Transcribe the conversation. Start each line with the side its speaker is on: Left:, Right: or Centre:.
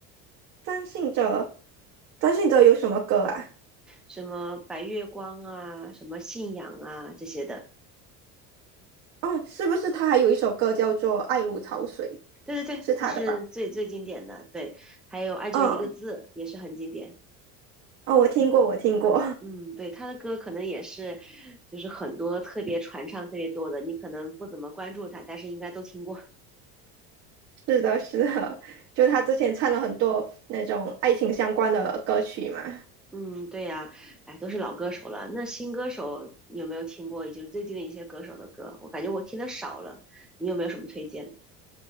Right: 张信哲，张信哲有什么歌啊？
Centre: 什么白月光啊，什么信仰啊这些的。
Right: 哦，是不是他还有一首歌叫做《爱如潮水》，
Centre: 对对对，
Right: 是他的吧？
Centre: 那是最最经典的。对，还有爱就一个字也是很经典。
Right: 嗯，哦，我听过，我听过。
Centre: 嗯，对，他的歌可能也是，就是很多特别传唱特别多的，你可能不怎么关注他，但是应该都听过。
Right: 是的，是的，就他之前唱了很多那种爱情相关的歌曲嘛。
Centre: 嗯，对呀，哎，都是老歌手了。那新歌手你有没有听过？也就最近的一些歌手的歌，我感觉我听的少了。你有没有什么推荐的？